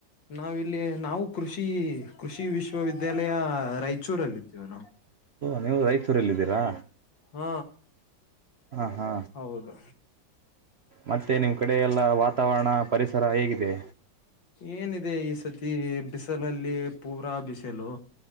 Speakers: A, on the left; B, on the right.
A: ನಾವಿಲ್ಲಿ ನಾವು ಕೃಷಿ ಕೃಷಿ ವಿಶ್ವವಿದ್ಯಾಲಯ ರಾಯಚೂರಲ್ಲ ಇದಿದ್ದೇವೆ ನಾವು
B: ಓ ನೀವು ರೈತೂರಲ್ಲ ಇದಿದ್ದೀರಾ
A: ಹ್ಮ
B: ಹಾ ಹಾ
A: ಹೌದು
B: ಮತ್ತೆ ನಿಮ್ಮ್ ಕಡೆ ಎಲ್ಲ ವಾತಾವರಣ ಪರಿಸರ ಹೇಗಿದೆ
A: ಏನಿದೆ ಈ ಸತಿ ಬಿಸಲಲ್ಲಿ ಪೂರಾ ಬಿಸಿಲು